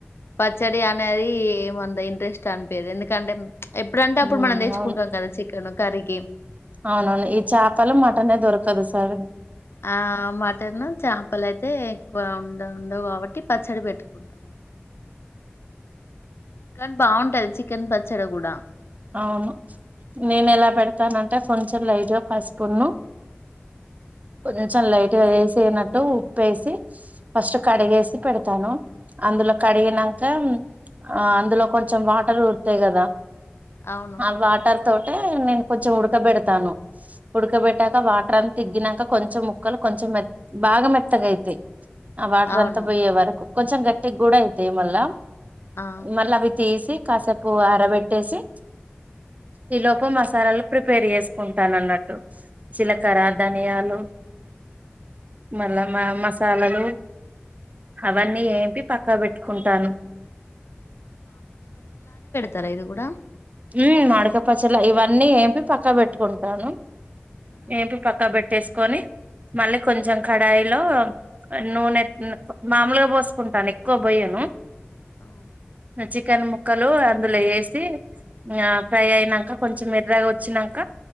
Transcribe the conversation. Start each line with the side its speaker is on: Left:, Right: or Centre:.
Left: పచ్చడి అనేది ఏమో అంత ఇంట్రెస్ట్ అనిపియ్యదు ఎందుకంటే ఎప్పుడంటే అప్పుడు
Right: ఉమ్
Left: మనం తెచ్చుకుంటాం
Right: అవును
Left: కదా చికెన్ కర్రీకి
Right: అవునవును ఈ చేపలు మటనే దొరకదు సార్
Left: ఆ మటన్ చేపలయితే ఎక్కువ ఉండ ఉండవు కాబట్టి పచ్చడి పెట్టుకుంటా కానీ బాగుంటది చికెన్ పచ్చడి కూడా
Right: అవును నేను ఎలా పెడతానంటే కొంచెం లైట్ గా పసుపును కొంచెం లైట్గా వేసేనట్టు ఉప్పేసి ఫస్ట్ కడిగేసి పెడతాను అందులో కడిగినంక
Left: ఆ,
Right: ఆ అందులో కొంచెం వాటర్ ఊరతాయి కదా
Left: అవును
Right: ఆ వాటర్ తోటే నేను కొంచెం ఉడకబెడతాను ఉడకబెట్టాక వాటర్ అని తగ్గినాక కొంచెం ముక్కలు కొంచెం మె బాగా మెత్తగైతాయి ఆ వాటర్
Left: అవును
Right: అంతా పోయే వరకు కొంచెం గట్టికి కూడా అయితాయి మళ్ళా
Left: ఆ
Right: మళ్ళ అవి తీసి కాసేపు ఆరబెట్టేసి ఈ లోపు మసాలాలు ప్రిపేర్ చేసుకుంటాన అన్నట్టు జీలకర్ర
Left: ఉమ్,
Right: ధనియాలు మళ్ళ మ
Left: ఉమ్.
Right: మసాలలు అవన్నీ ఏంపి పక్కన పెట్టుకుంటాను
Left: తారా ఇది కూడా
Right: ఉమ్ మాడక పసలా ఇవన్నీ ఏంపి పక్క పెట్టుకుంటాను
Left: ఆ
Right: ఏంపి పక్కా పెట్టేసుకొని మళ్ళీ కొంచెం కడాయిలో నూనె మామూలుగా పోసుకుంటాను ఎక్కువ బొయ్యను
Left: అవును
Right: చికెన్ ముక్కలు అందులో వేసి ఇంగ ఫ్రై అయినాక కొంచెం ఎర్రగా వచ్చినాక